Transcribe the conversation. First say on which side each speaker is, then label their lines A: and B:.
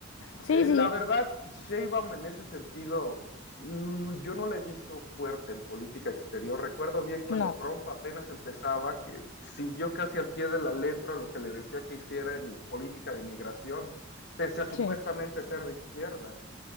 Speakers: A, on the left; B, on the left.
A: Sí,
B: Eh,
A: sí.
B: la verdad, Sheinbaum en ese sentido, mm, yo no la he visto fuerte en política exterior. Recuerdo bien cuando
A: No.
B: Trump apenas empezaba, que siguió casi al pie de la letra lo que le decía que hiciera en política de migración, pese a supuestamente
A: Sí.
B: ser de izquierda.